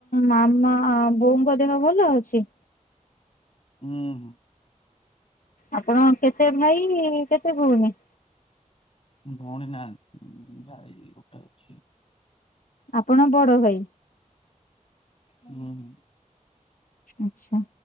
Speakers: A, on the left; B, on the left.
A: ମାମା ବୋଉଙ୍କ ଦେହ ଭଲ ଅଛି?
B: ଉଁ ହୁଁ।
A: ଆପଣ କେତେ ଭାଇ କେତେ ଭଉଣୀ?
B: ଭଉଣୀ ନାହାନ୍ତି ଭାଇ ଗୋଟେ ଅଛି।
A: ଆପଣ ବଡ ଭାଇ।
B: ହୁଁ ହୁଁ।
A: ଆଛା